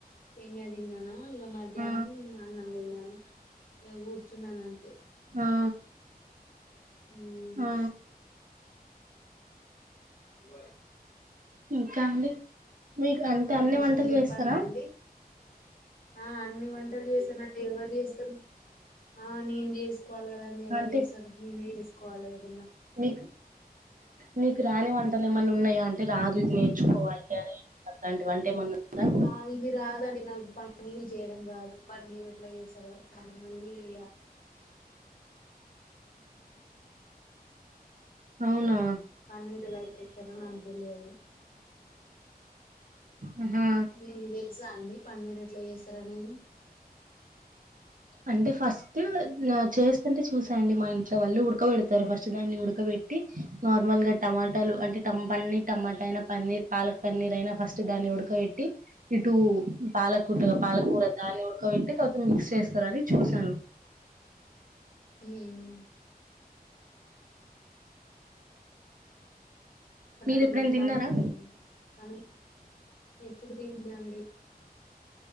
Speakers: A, on the left (about 60°); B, on the right (about 55°).
A: సేమ్య తిన్నాను ఆ ఇగ మధ్యాహ్నం
B: ఆ
A: అన్నం తిన్నాను ఏ కూర్చున్నాను అంతే
B: ఆ
A: హుమ్
B: ఆ
A: ఎ
B: హమ్ ్యామిలీ మీకు అంటే
A: ప్రదేశం
B: అన్ని వంటలు
A: జపానా
B: చేస్తారా
A: అండి ఆ అన్ని వంటలు చేస్తాను నాకు ఎవరు చేస్తారు ఆ నేను చేసి చూసుకోవాలి కదా అంీ ఎవరు
B: అంటే
A: చేసారు నేనే చేసుకోవాలి ఏదన్నా
B: మీకు మీకు రాని వంటలు ఏమన్నా ఉన్నాయా అంటే రాదు ఇది నేర్చుకోవాలి అ అట్లాంటి వంట ఏమన్నా ఉందా
A: ఆ ఇవి రాదాని నాగ ప పన్నీర్ చేయడం కాదు పన్నీర్ ఎట్లా చేస్తారో చాలా మంది <inaudible>
B: అవునా
A: పన్నీర్ ఎలా చేస్తారో నాక్ <unintelligible>
B: ఆహా
A: మీకు తెలుసా అండి పన్నెరు ఎట్లా చేస్తారా అని
B: అంటే ఫస్ట్ చేస్తంటే చూసాండి మా ఇంట్లో వాళ్ళు ఉడకబడతారు ఫస్ట్ దాన్ని ఉడకబెట్టి నార్మల్గా టమాటాలు అంటే టంప్ అని టమాటా అయినా పన్నీర్ పాలక్ పన్నీర్ అయినా ఫస్ట్ దాన్ని ఉడకబెట్టి ఇటు టామ్ పాలకుూటగా పాలకూర దాన్ని ఉడకబెట్టి కావాత మిక్స్ చేస్తారని చూసాను
A: ఉమ్, అరళి
B: మీరు ఎప్పుడైనా తిన్నారా
A: పానీతదన్ కనీ ఎప్పుడు తినలే అండి